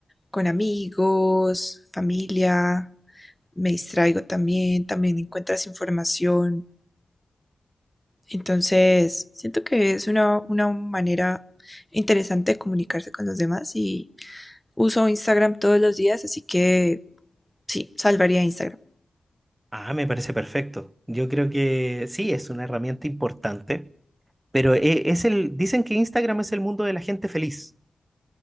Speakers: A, in the centre; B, on the right (about 25°).
A: con amigos, familia, me distraigo también, también encuentras información. Entonces, siento que es una, una manera interesante de comunicarse con los demás y uso Instagram todos los días, así que sí, salvaría Instagram.
B: Ah, me parece perfecto. Yo creo que sí, es una herramienta importante, pero e- es el, dicen que Instagram es el mundo de la gente feliz.